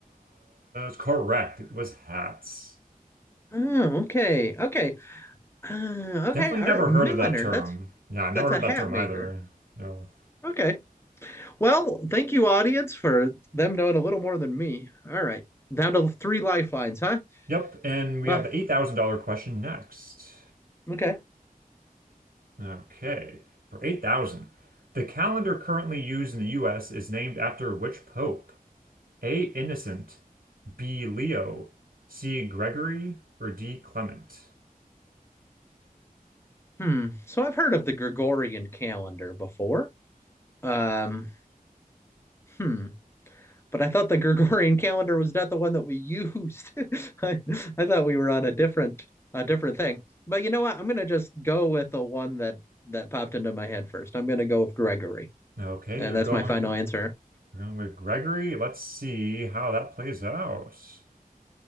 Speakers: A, on the right; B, on the left.
A: correct. It was hats.
B: Oh, okay, okay, uh,
A: Definitely
B: okay. All
A: never
B: right, milliner.
A: heard of that term.
B: That's
A: Yeah, I never
B: that's
A: heard
B: a hat
A: that term
B: maker.
A: either. No.
B: Okay. Well, thank you, audience, for them knowing a little more than me. All right, down to three lifelines, huh?
A: Yep, and we
B: Well,
A: have the $8,000 question next.
B: okay.
A: Okay, for 8,000. The calendar currently used in the US is named after which pope? A. Innocent, B. Leo, C. Gregory, or D. Clement?
B: Hmm. So I've heard of the Gregorian calendar before. Um. Hmm. but I thought the Gregorian <laughs> calendar was not the one that we used. <laughs> I, I thought we were on a different a different thing. But you know what? I'm gonna just go with the one that that popped into my head first. I'm gonna go with Gregory,
A: Okay,
B: and
A: you're
B: that's
A: going
B: my final
A: with
B: answer.
A: We're going with Gregory. Let's see how that plays out.